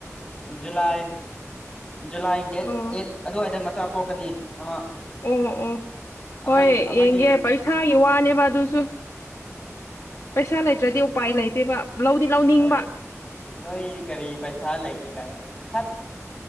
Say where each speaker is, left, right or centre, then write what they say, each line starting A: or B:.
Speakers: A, on the left (about 20°); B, on the left (about 70°).
A: ꯖꯨꯂꯥꯏ ꯖꯨꯂꯥꯏ ꯗꯦꯠ
B: ꯑꯣ
A: ꯑꯦꯠ ꯑꯗꯨꯋꯥꯏꯗ ꯃꯆꯥ ꯄꯣꯛꯀꯥꯅꯤ ꯑꯃ
B: ꯑꯣ ꯑꯣ
A: ꯑꯃꯅ
B: ꯍꯣꯏ
A: ꯑꯃꯗꯤ
B: ꯌꯦꯡꯒꯦ ꯄꯩꯁꯥꯒꯤ ꯋꯥꯅꯦꯕ ꯑꯗꯨꯁꯨ ꯄꯩꯁꯥ ꯂꯩꯇ꯭ꯔꯥꯗꯤ ꯎꯄꯥꯏ ꯂꯩꯇꯦꯕ ꯂꯧꯗꯤ ꯂꯧꯅꯤꯡꯕ
A: ꯅꯣꯏ ꯅꯣꯏ ꯀꯔꯤ ꯄꯩꯁꯥ ꯂꯩꯥꯇꯦ ꯀꯥꯏꯅ ꯊꯠ